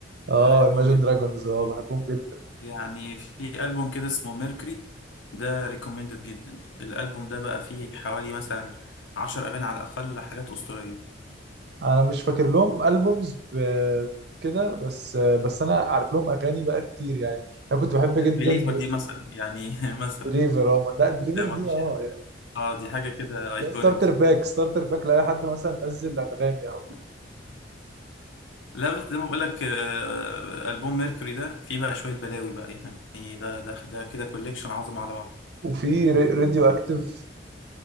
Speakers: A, on the left; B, on the right.
A: بحبهم
B: اه Imagine
A: جدا
B: Dragons اه بحبهم جدا
A: يعني في ألبوم كده اسمه ميركوري ده ريكومندد جدا الألبوم ده بقى فيه حوالي مثلا عشر أغاني على الأقل حاجات أسطورية
B: انا مش فاكر لهم البومز كده بس بس انا عارف لهم اغاني بقى كتير يعني انا كنت بحب جدا
A: بليفر دي مثلا يعني <laughs> مثلا
B: بليفر اه لا بليفر
A: ده
B: دي
A: ما فيش
B: اه
A: حاجة
B: يعني
A: اه دي حاجة كده ايكونيك
B: لا ستارتر باك ستارتر باك لاي حد مثلا نزل انغامي او
A: لا بس زي ما بقول لك آه، ألبوم ميركوري ده فيه بقى شوية بلاوي بقى يعني ده ده ده كده كوليكشن عظمة على بعض
B: وفي راديو اكتيف